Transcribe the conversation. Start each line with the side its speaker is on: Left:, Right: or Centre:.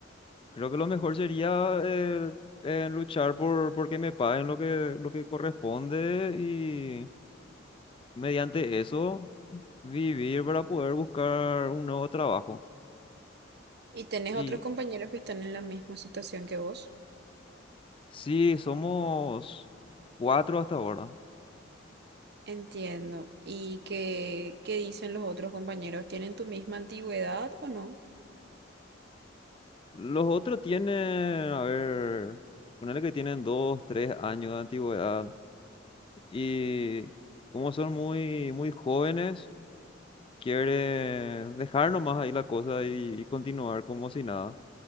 Left: Creo que lo mejor sería eh, eh, luchar por por que me paguen lo que, lo que corresponde y mediante eso vivir para poder buscar un nuevo trabajo.
Right: Y tenés
Left: Y
Right: otros compañeros que están en la misma situación que vos.
Left: sí, somos cuatro hasta ahora.
Right: Entiendo. ¿Y qué, qué dicen los otros compañeros? ¿Tienen tu misma antigüedad o no?
Left: Los otros tienen, a ver, ponele que tienen dos, tres años de antigüedad y como son muy, muy jóvenes, quieren dejar nomás ahí la cosa y y continuar como si nada.